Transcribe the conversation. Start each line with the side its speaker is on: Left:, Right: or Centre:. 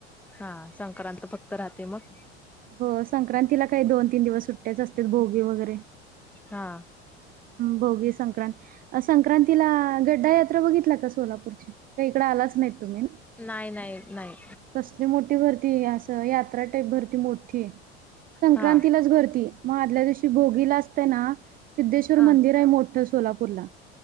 Centre: हा संक्रांत फक्त राहते मग
Right: हो संक्रांतीला काही दोन तीन दिवस सुट्ट्याच असते भोगी वगैरे
Centre: हा
Right: भोगी संक्रांत संक्रांतीला गड्डा यात्रा बघितला का सोलापूरची इकड आलाच नाही तुम्ही
Centre: नाही नाही नाही
Right: कसली मोठी भर असं यात्रा टाईप भरती मोठी संक्रांतीलाच
Centre: हा
Right: भरती मग आदल्या दिवशी भोगीला असताना सिद्धेश्वर
Centre: हा
Right: मंदिर आहे मोठ सोलापूरला